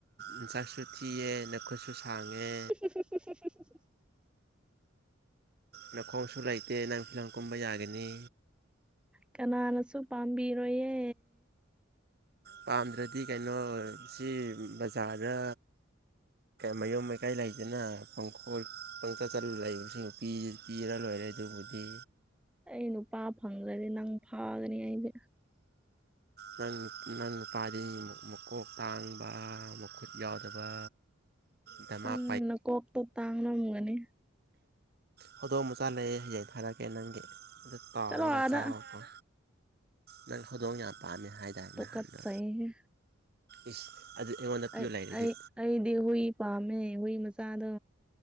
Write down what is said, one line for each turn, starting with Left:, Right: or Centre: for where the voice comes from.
Right: ꯃꯤꯁꯥꯛꯁꯨ ꯊꯤꯌꯦ ꯅꯈꯨꯠꯁꯨ ꯁꯥꯡꯉꯦ
Centre: ꯆꯣ ꯆꯠ ꯆ
Right: ꯅꯈꯣꯡꯁꯨ ꯂꯩꯇꯦ ꯅꯪ ꯐꯤ ꯂꯪ ꯀꯨꯝꯕ ꯌꯥꯒꯅꯤ
Centre: ꯀꯅꯥꯅꯁꯨ ꯄꯥꯝꯕꯤꯔꯣꯏꯌꯦ
Right: ꯄꯥꯝꯗ꯭ꯔꯗꯤ ꯀꯩꯅꯣ ꯁꯤ ꯕꯖꯥꯔꯗ ꯃꯌꯨꯝ ꯃꯀꯥꯏ ꯂꯩꯗꯅ ꯄꯪꯈꯣꯜ ꯄꯪꯆꯠ ꯆꯠꯂ ꯂꯩꯕꯁꯤꯡ ꯄꯤꯔ ꯂꯣꯏꯔꯦ ꯑꯗꯨꯕꯨꯗꯤ
Centre: ꯑꯩ ꯅꯨꯄꯥ ꯐꯪꯗ꯭ꯔꯗꯤ ꯅꯪ ꯐꯥꯒꯅꯤ ꯑꯩꯗꯤ
Right: ꯅꯪ ꯅꯪ ꯅꯨꯄꯥꯗꯤ ꯃꯀꯣꯛ ꯇꯥꯡꯕ ꯃꯈꯨꯠ ꯌꯥꯎꯗꯕ ꯗꯃꯥ
Centre: ꯅ ꯅ ꯀꯣꯛꯇ ꯇꯥꯡꯅꯝꯒꯅꯤ
Right: ꯍꯧꯗꯣꯛ ꯃꯆꯥ ꯂꯩꯑ ꯍꯌꯦꯡ ꯊꯥꯔꯛꯀꯦ ꯅꯪꯒꯤ ꯑꯗꯨ ꯇꯥꯎꯔꯒ
Centre: ꯆꯠꯂꯣ ꯑꯥꯗ
Right: ꯆꯥꯎꯉꯀꯣ ꯅꯪ ꯈꯨꯗꯣꯡ ꯌꯥꯝ ꯄꯥꯝꯃꯦ ꯍꯥꯏꯁꯦ ꯑꯗꯨꯗꯥ
Centre: ꯇꯨꯀꯠꯆꯩꯍꯦ
Right: ꯅꯍꯥꯟꯗꯣ ꯏꯁ ꯑꯗꯨ ꯑꯩꯉꯣꯟꯗ ꯄꯤꯌꯣ
Centre: ꯑꯩ
Right: ꯂꯩꯔꯗꯤ
Centre: ꯑꯩ ꯑꯩꯗꯤ ꯍꯨꯏ ꯄꯥꯝꯃꯦ ꯍꯨꯏ ꯃꯆꯥꯗꯣ